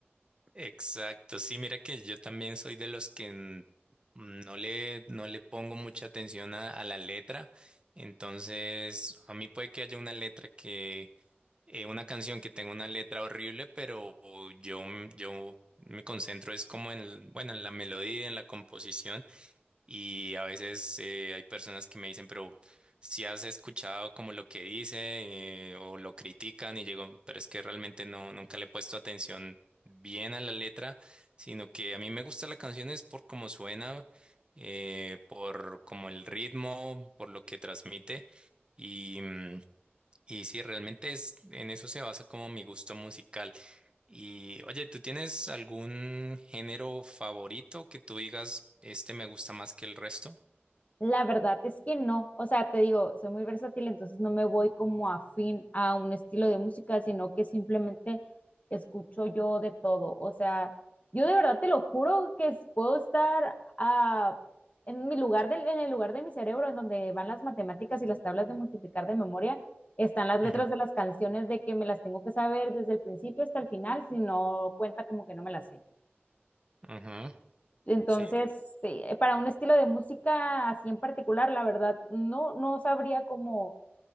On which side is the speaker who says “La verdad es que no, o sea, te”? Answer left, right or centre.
Left